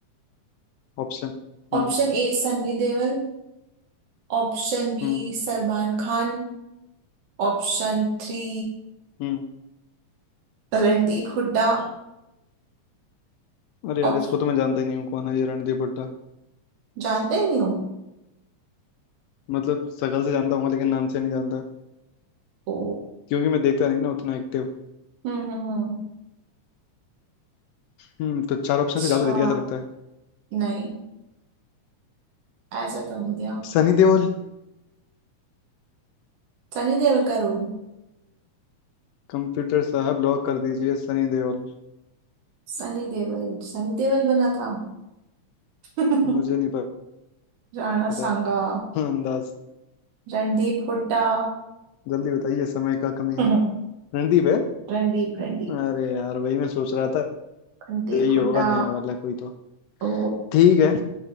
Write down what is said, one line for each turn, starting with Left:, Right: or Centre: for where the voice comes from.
Left: ऑप्शन हम्म
Right: Option A Sunny Deol option B
Left: हम्म
Right: Salman Khan option three
Left: हम्म।
Right: Randeep Hooda
Left: अरे
Right: ऑप
Left: यार इसको तो मैं जानता ही नहीं हूँ कौन है ये रणदीप हुड्डा
Right: जानते ही नहीं हो
Left: मतलब शकल से जानता हूँ लेकिन नाम से नहीं जानता
Right: ओ
Left: क्योंकि मैं देखता नहीं ना उतना एक्टिव
Right: हम्म हम्म हम्म
Left: हम्म तो चार ऑप्शन
Right: अच्छा
Left: से ज्यादा दे दिया ऐसा लगता है
Right: नहीं ऐसा तो नहीं दिया
Left: सनी देओल
Right: सनी देओल का रोल
Left: कंप्यूटर साहब ब्लॉक कर दीजिए सनी देओल
Right: सनी देओल सनी देओल बना था <laughs>
Left: मुझे नहीं
Right: राणा
Left: पता
Right: सांगा
Left: हाँ, अंदाज
Right: रणदीप हुड्डा
Left: जल्दी बताइए समय का कमी
Right: <laughs>
Left: है रणदीप है
Right: रणदीप रणदीप
Left: अरे यार वही मैं सोच रहा था
Right: रणदीप
Left: यही
Right: हुड्डा
Left: होगा नया वाला कोई तो
Right: ओ
Left: ठीक है